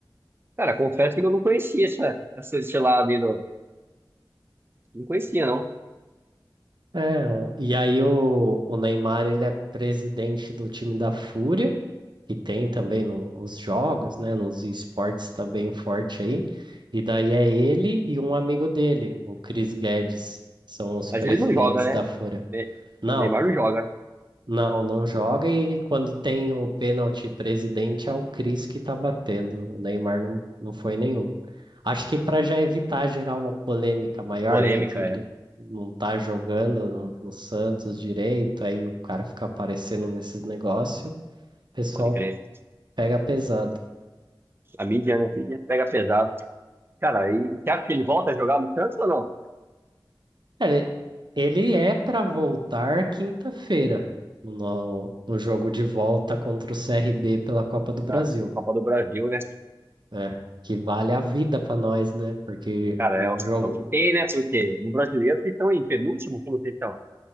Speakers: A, on the right; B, on the right.
A: Cara, confesso que eu não conhecia essa, essa, esse lado aí. do- Não conhecia, não.
B: É, o- e aí o, o Neymar, ele é presidente do time da Fúria, que tem também no- nos jogos, né, nos esportes tá bem forte aí. E daí é ele e um amigo dele, o Chris Guedes, são os
A: Mas
B: presidentes
A: ele não joga, né?
B: da Fúria.
A: Ne-
B: Não,
A: Neymar não joga.
B: não, não joga e quando tem o pênalti presidente é o Chris que tá batendo, o Neymar não, não foi nenhum. Acho que para já evitar gerar uma polêmica maior,
A: Uma polêmica,
B: né? Que ele
A: é.
B: não tá jogando no, no Santos direito, aí o cara fica aparecendo nesses negócios, o pessoal
A: Pode crer.
B: pega pesado.
A: A mídia, né? A mídia pega pesado. Cara, e você acha que ele volta a jogar no Santos ou não?
B: Ele, ele é para voltar quinta-feira no, no jogo de volta contra o CRB pela Copa do Brasil,
A: Na Copa do Brasil, né?
B: né? Que vale a vida para nós, né? Porque
A: Cara,
B: o
A: é, o
B: jogo,
A: é o que tem, né? Porque no brasileiro vocês estão em penúltimo, como vocês estão?